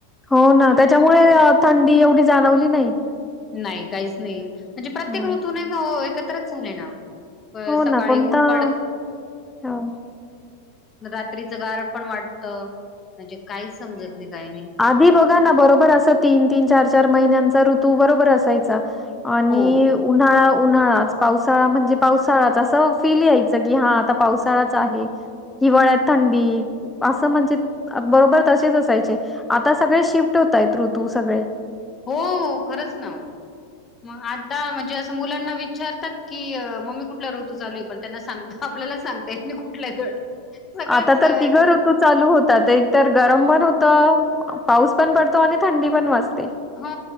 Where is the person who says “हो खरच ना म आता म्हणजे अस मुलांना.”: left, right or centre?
Left